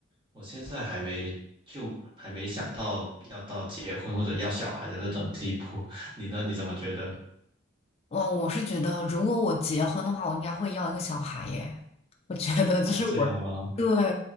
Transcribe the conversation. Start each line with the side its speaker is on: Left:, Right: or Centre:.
Right: 我现在还没就还没想到要到结婚或者要小孩的那种地步，<laughs> 你呢？你怎么觉得？
Left: 哇，我是觉得，如果我结婚的话，我应该会要一个小孩耶。我觉得这是我对，
Right: 哦，这样吗？